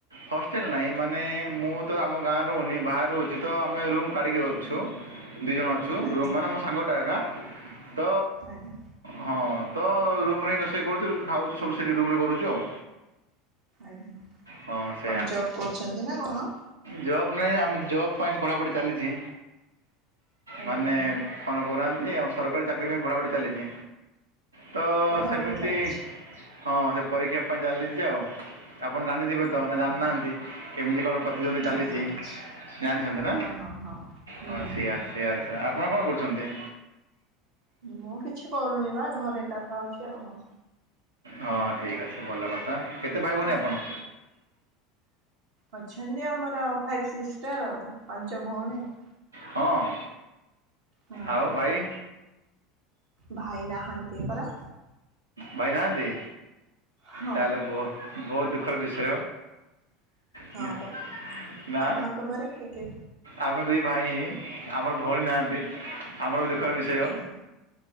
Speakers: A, on the right; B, on the right.
A: ହଷ୍ଟେଲ ନାହିଁ ମାନେ ମୁଁ ତ ଆମ ଗାଁ ରହୁନି ବାହ ରହୁଛି ତ ଆମେ ରୁମ କାଢ଼ିକି ଯାଉଛୁ। ଦୁଇ ଜଣ ଅଛୁ
B: ଆଜ୍ଞା
A: ରୁମ୍ ମାନେ ମୋ ସାଙ୍ଗଟା ଆଜ୍ଞା ତ
B: ଆଜ୍ଞା
A: ହଁ ତ ରୁମ୍ ହିଁ ରୋଷେଇ କରୁଛୁ ଖାଉଛୁ ସବୁ ସେଇଠି ରୁମ୍ ରେ କରୁଛୁ ଆଉ
B: ଆଜ୍ଞା
A: ହଁ ସେଇଆ
B: କଣ ଜବ୍ କରୁଛନ୍ତି ନା କଣ
A: ଜବ୍ ନାହିଁ ଆମେ ଜବ୍ ପାଇଁ ପଢ଼ାପଢ଼ି ଚାଲିଛି
B: ଆଜ୍ଞା
A: ମାନେ
B: ଆଜ୍ଞା
A: କଣ କହୁନାହାନ୍ତି ଆମ ସରକାରୀ ଚାକିରି ପାଇଁ ପଢ଼ାପଢ଼ି ଚାଲିଛି। ତ
B: ପଢ଼ାପଢ଼ି
A: ସେମିତି
B: ଚାଲିଛି
A: ହଁ ସେ ପରୀକ୍ଷା ପାଇଁ ଚାଲିଛି ଆଉ ଆପଣ ଜାଣି ବେ ତ
B: ଆଜ୍ଞା
A: ନା ଜାଣିନାହାନ୍ତି।
B: ଆଜ୍ଞା
A: କେମିତି କଣ ପ୍ରତିଯୋଗୀ
B: ନା
A: ଚାଲିଛି
B: ନା ଜାଣିଛି
A: ଜାଣିଛନ୍ତି ନା
B: ହଁ ହଁ ହଁ ହୁଁ
A: ହ ସେଇଆ ସେଇଆ ସା। ଆପଣ କଣ କରୁଛନ୍ତି?
B: ମୁଁ କିଛି କରୁନି ବା ଘରେ କଥା ହୋଉଛି ଆଉ କଣ।
A: ହଁ ଠିକ୍ ଅଛି ଭଲ କଥା କେତେଭାଇ
B: କଣ
A: ଭଉଣି ଆପଣ?
B: ଅଛନ୍ତି ଆମର ଫାଇଭ୍ ସିଷ୍ଟର ଆଉ, ପାଞ୍ଚ ଭଉଣୀ ଆଉ।
A: ହଁ
B: ହଁ
A: ଆଉ ଭାଇ।
B: ଭାଇ ନାହାନ୍ତି ପରା।
A: ଭାଇ ନାହାନ୍ତି
B: ହଁ
A: ତାହଲେ ବହୁ ବହୁ ଦୁଃଖର ବିଷୟ।
B: ହଁ
A: ହୁଁ
B: ପରା
A: ନା।
B: ଆପଣଙ୍କ ଘରେ କିଏ କିଏ
A: ଆମେ ଦୁଇ ଭାଇ ହିଁ ଆମର ଭଉଣୀ ନାହାନ୍ତି। ଆମର ବି ଦୁଃଖର ବିଷୟ
B: ଆଜ୍ଞା